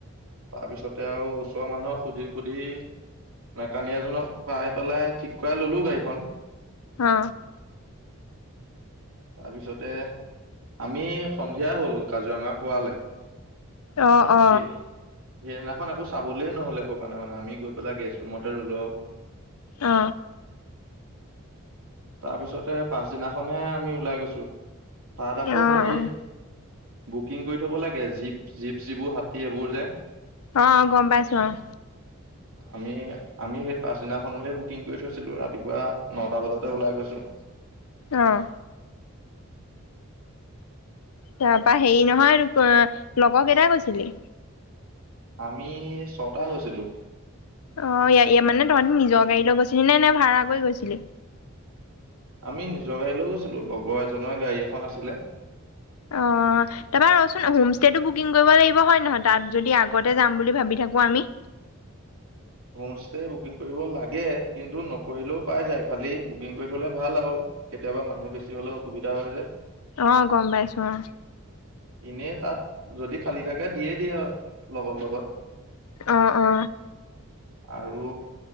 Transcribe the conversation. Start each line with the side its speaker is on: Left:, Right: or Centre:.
Right: তাৰ পিছতে আৰু ওচৰৰ মানুহক সুধি সুধি মেকানিক এজনক পাই পেলাই ঠিক কৰাই ললো গাড়ীখন।
Left: অ
Right: তাৰপিছতে আমি সন্ধিয়া হলো কাজিৰঙা পোৱালে।
Left: অ অ
Right: সেই সেইদিনাখন আকৌ চাবলে নহলে একো কাৰণে মানে আমি গৈ পেলাই গেষ্ট ৰুমতে লো আৰু।
Left: অ
Right: তাৰ পিছত পাছদিনাখনে আমি ওলাই গৈছো। ছ তাত আকৌ
Left: অ',
Right: হেৰি বুকিং কৰি থব লাগে জীপ জিপ চিবোৰ হাতী এইবোৰ যে
Left: অ', গম পাইছো অ',
Right: আমি আমি সেই পাছদিনাখনলৈ বুকিং কৰি থৈছিলো ৰাতিপুৱা নটা বজাতে ওলাই গৈছো
Left: আহ তাৰপা হেৰি নহয় আৰু লগৰ কেইটাই গৈছিলি
Right: আমি ছটা হৈছিলো
Left: অ মানে তহঁতি নিজৰ গাড়ী লৈ গৈছিলি নে নে ভাড়া কৰি গৈছিলি
Right: আমি নিজৰ গাড়ী লৈ গৈছিলো লগৰ এজনৰ গাড়ী এখন আছিলে
Left: অ তাৰপৰা ৰচোন হোম ষ্টেটো বুকিং কৰিব লাগিব হয় নহয় তাত যদি আগতে যাম বুলি ভাবি থাকো আমি
Right: হোম ষ্টে বুকিং কৰিব লাগে কিন্তু নকৰিলেও পাই যায় খালি বুকিং কৰি থলে ভাল আৰু কেতিয়াবা মানুহ বেছি হলেও অসুবিধা হয় যোয়
Left: অ', গম পাইছো অ',
Right: এনেই তাত যদি খালী থাকে দিয়ে দিয়ে আৰু লগৰ লগত
Left: অ অ
Right: আৰু